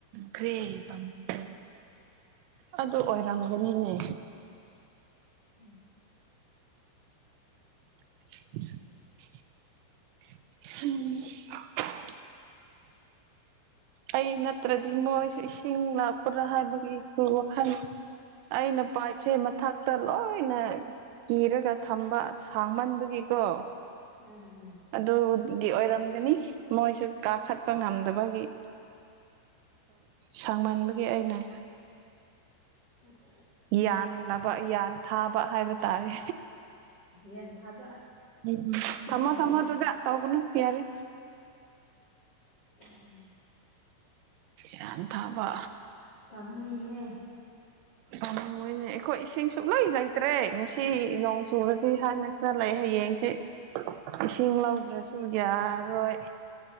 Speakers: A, on the right; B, on the left.
A: ꯈ꯭ꯔꯦ ꯄꯝꯦ ꯑꯗꯨ ꯑꯣꯏꯔꯝꯒꯅꯤꯅꯦ
B: ꯎꯝ
A: <inaudible> ꯎꯝ ꯑꯩ ꯅꯠꯇ꯭ꯔꯗꯤ ꯃꯣꯏꯁꯨ ꯏꯁꯤꯡ ꯂꯄ꯭ꯔ ꯍꯥꯏꯕꯒꯤ ꯋꯥꯈꯜ ꯑꯩꯅ ꯄꯥꯏꯞꯁꯦ ꯃꯊꯛꯇ ꯂꯣꯏꯅ ꯀꯤꯔꯒ ꯊꯝꯕ ꯁꯥꯡꯃꯟꯕꯒꯤꯀꯣ
B: ꯎꯝ
A: ꯑꯗꯨꯒꯤ ꯑꯣꯏꯔꯝꯒꯅꯤ ꯃꯣꯏꯁꯨ ꯀꯥꯈꯠꯄ ꯉꯝ ꯃꯥꯒꯤ ꯁꯥꯡꯃꯟꯕꯒꯤ ꯑꯩꯅ
B: ꯑꯗꯨ
A: ꯌꯥꯟꯂꯕ ꯌꯥꯟ ꯊꯥꯕ ꯍꯥꯏꯕ ꯇꯥꯔꯦ
B: ꯌꯦꯟ ꯊꯥꯕ
A: ꯎꯝ
B: ꯈꯪꯗ꯭ꯔꯦ
A: ꯊꯃ ꯊꯃ ꯇꯨꯗ ꯇꯧ ꯀꯅꯨ ꯐꯔ
B: ꯎꯝ
A: ꯌꯥꯟꯊꯕ
B: ꯄꯥꯝꯃꯨꯏꯍꯦ
A: ꯑꯣꯏꯅꯦ ꯑꯩꯣ ꯏꯁꯤꯡ ꯁꯣ ꯂꯣꯏ ꯂꯥꯛ ꯂꯩꯠꯇ꯭ꯔꯦ ꯉꯁꯤ ꯅꯣꯡ ꯆꯨꯨꯔꯗꯤ ꯍꯥꯏꯅ ꯈꯔ ꯂꯩ ꯍꯌꯦꯡꯁꯤ ꯏꯁꯤꯡ ꯂꯧꯗ꯭ꯔꯁꯨ ꯌꯥꯔꯣꯏ